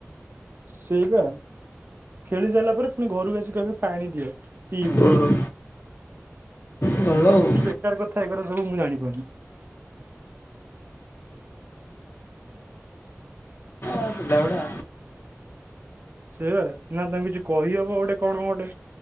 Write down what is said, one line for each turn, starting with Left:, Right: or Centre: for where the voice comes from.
Right: ସେଇପା ଖେଳି ସାରିଲା ପରେ ପୁଣି ଘରକୁ ଆସି କହିବି ପାଣି ଦିଅ। ପିଇବୁ
Left: ଓ ହୋ ଭଲ ଆଉ
Right: କି ବେକାର <unintelligible> ମୁଁ ଜାଣିପାରୁନି
Left: ପିଲାଗୁଡ଼ା
Right: ସେଇଆ ନା ତାଙ୍କୁ କିଛି କହି ହବ ଗୋଟେ କଣ ହ ଗୋଟେ